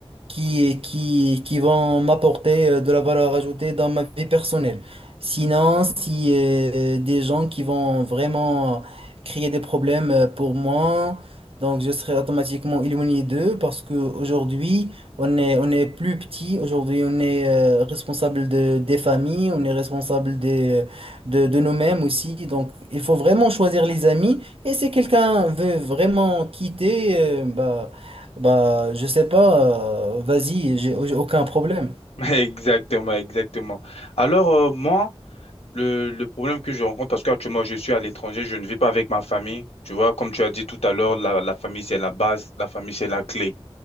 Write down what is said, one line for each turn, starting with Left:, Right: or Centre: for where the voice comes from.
Right: qui, qui, qui vont m'apporter euh, de la valeur ajoutée dans ma vie personnelle. Sinon, si euh, des gens qui vont vraiment créer des problèmes euh, pour moi, donc je serai automatiquement éloigné d'eux parce qu'aujourd'hui, on est, on est plus petit, aujourd'hui on est euh, responsable de, des familles, on est responsable des, de, de nous-mêmes aussi. Donc il faut vraiment choisir les amis. Et si quelqu'un veut vraiment quitter, euh, bah, bah, je sais pas, euh, vas-y, j'ai j'ai aucun problème.
Left: <laughs> Exactement, exactement. Alors, euh, moi, Le, le problème que je rencontre, parce qu'actuellement je suis à l'étranger, je ne vis pas avec ma famille. Tu vois, comme tu as dit tout à l'heure, la, la famille c'est la base, la famille c'est la clé.